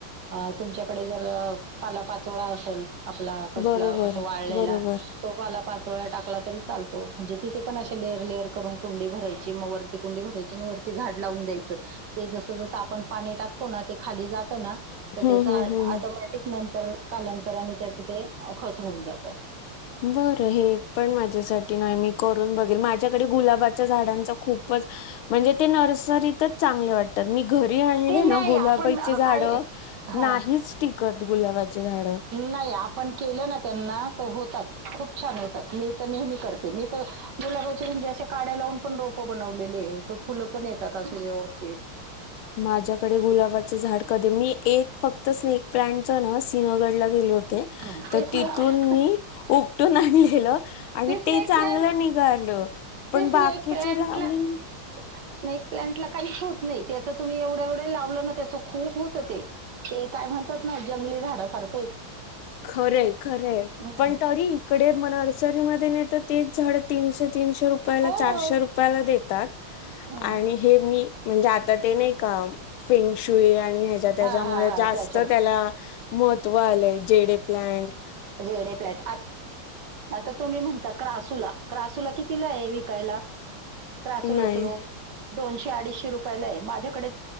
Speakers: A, on the right; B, on the left.
A: अ तुमच्याकडे जर र पाला पाचोळा असेल. आपला कसला
B: बरोबर
A: अस वाळलेला
B: बरोबर
A: तो मला पाला पाच. चोळा टाकला तरी चालतो म्हणजे तिथे पण अशे लेअर लेअर करून कुंडी भरायची मग वरती कुंडी भरायची आणि वरती झाड लावून द्यायचं ते जसं जसं आपण पाणी टाकतो ना ते खाली जातं ना. तर
B: हम्म
A: त्याचा
B: हम्म
A: आळ
B: हम्म
A: ऑटोमॅटिक नंतर कालांतराने. त्याच ते अ खत होऊन जात.
B: बरं हे पण माझ्यासाठी नाही मी करून बघेल माझ्याकडे गुलाबाच्या झाडांच खूपच म्हणजे ते नर्सरीतच चांगले वाटतात मी घरी आणले
A: ते
B: ना
A: नाही
B: गुलाबाचे
A: आपण अ,
B: झाड
A: काय हा
B: नाहीच. टिकत गुलाबाचे झाड
A: नाही आपण केलं ना त्यांना होतात खूप छान होतात मी तर नेहमी करते मी त गुलाबाचे म्हणजेे अशे काड्या लावून पण रोप बनवलेले फुलं पण येतात अशे व्यवस्थित
B: माझ्याकडे गुलाबाचं झाड कधी मी एक फक्त स्नेक प्लांटचा ना सिंहगड ला गेले होत. ते
A: हं.
B: तर
A: ते स्नेक
B: तिथून मी उपटून आणलेलं आणि
A: स्नेक
B: ते चांगलं
A: प्लांट
B: निघालं. पण
A: ते स्नेक
B: बाकीचे
A: प्लांटला
B: लावले ना
A: स्नेक प्लंटला काही होत नाही. ते त तुम्ही एवढं एवढे लावलं ना त्यांच् खूप होत ते ते काय म्हणतात ना. जंगली झाड सारखं.
B: खरे खरे
A: हम्म.
B: पण तरी इकडे म नर्सरीमध् धे नेतात. तेच झाड तीनशे तीनशे रुपयाला
A: हो
B: चारशे रुपयाला देतात.
A: हं.
B: आणि हे मी म्हणजे आता ते नाही का फिंगशूई. हच्या त्याच्यामुळे
A: हा हा हा
B: जास्त
A: त्याच्या
B: त्याला मोत. वाले जेडे प्लाँट
A: जेड ए प्लांट. तर तुम्ही म्हणता क्रासूला क्रासूला कितीला आहे विकायला त्रासूलाच
B: नाही
A: रोग दोनशे अडीचशे. ति रुपयेला ये माझ्याकडे